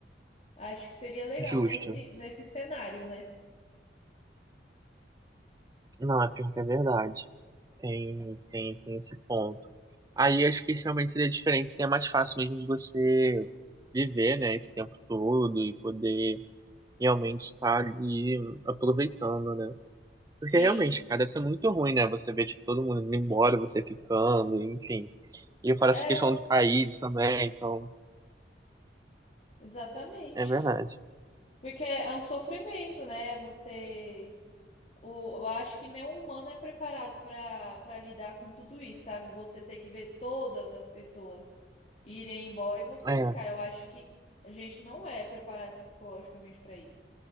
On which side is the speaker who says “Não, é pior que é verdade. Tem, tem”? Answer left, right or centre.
Right